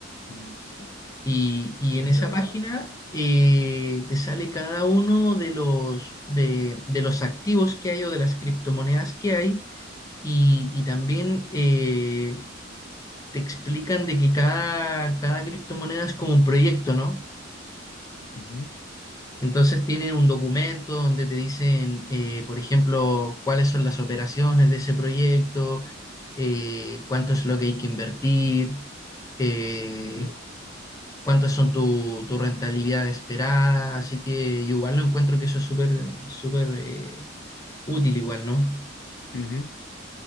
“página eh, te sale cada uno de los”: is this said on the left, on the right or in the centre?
Left